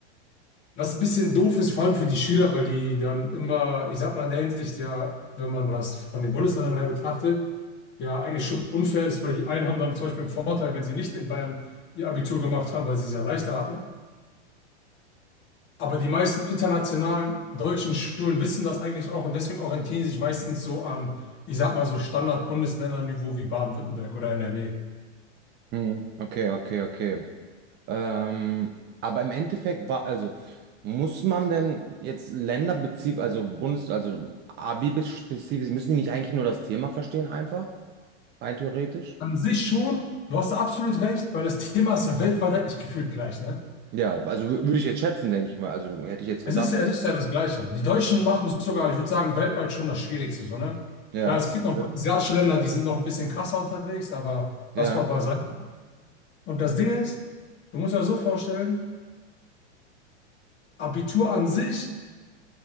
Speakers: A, on the left (about 30°); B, on the right (about 30°).
A: Was ein bisschen doof ist, vor allem für die Schüler, weil die dann immer, ich sag mal in der Hinsicht ja, wenn man das von den Bundesländern her betrachtet, ja eigentlich schon unfair ist, weil die einen haben dann zum Beispiel einen Vorteil, wenn sie nicht in Bayern ihr Abitur gemacht haben, weil sie es ja leichter hatten. Aber die meisten internationalen deutschen Schulen wissen das eigentlich auch und deswegen orientieren sie sich meistens so an, ich sag mal so Standard-Bundesländer-Niveau wie Baden-Württemberg oder NRW.
B: Hm, Okay, okay, okay. Ähm, aber im Endeffekt war, also muss man denn jetzt länderspezifisch, also Bundes, also Abi-spezifisch, müssen die nicht eigentlich nur das Thema verstehen einfach, rein theoretisch?
A: An sich schon, du hast da absolut recht, weil das Thema ist ja weltweit eigentlich gefühlt gleich, ne?
B: Ja, also wü- würde ich jetzt schätzen, denke ich mal. Also hätte ich jetzt
A: Es
B: gedacht.
A: ist, ja, es ist ja das Gleiche. Die Deutschen machen es sogar, ich würde sagen, weltweit schon das Schwierigste, so, ne?
B: Ja,
A: Klar, es gibt
B: okay.
A: noch ein paar asiatische Länder, die sind noch ein bisschen krasser unterwegs, aber
B: Ja,
A: das war beiseite. Und das Ding ist, du musst dir das so vorstellen, Abitur an sich